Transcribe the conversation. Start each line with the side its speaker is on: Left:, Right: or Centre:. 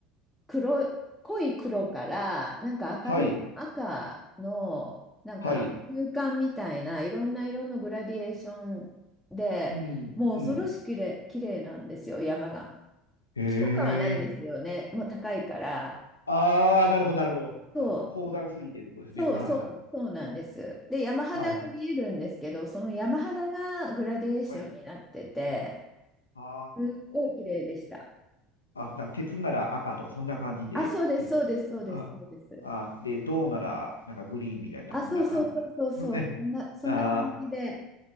Centre: 黒い、濃い黒から、なんか明るい赤の、
Left: はい。
Centre: なんか中間みたいないろんな色のグラディエーションで、
Left: はい。うん。
Centre: もう恐ろしく綺麗、
Left: うん。
Centre: 綺麗なんですよ、山が。
Left: へえ。
Centre: 木とかはないんですよね、もう高いから。
Left: ああ、なるほど、なるほど。
Centre: そう、
Left: あ、高山すぎてってことですね。
Centre: そう、
Left: はいは
Centre: そう、そうなんです。で、山肌が見えるんですけど、
Left: い。はいはい。
Centre: その山肌がグラディエーションになってて、
Left: はいあ
Centre: すっごい綺麗でした。
Left: あ、あ、な、鉄なら赤とか、そんな感じでってことですかあ、
Centre: あ、そうです、そうです、そうです、そうです。
Left: あ、で、銅なら、なんかグリーンみたいな、
Centre: あ、
Left: そんな感じなんですね。
Centre: そうそうそうそうそう、そんな、そんな感じで。
Left: あー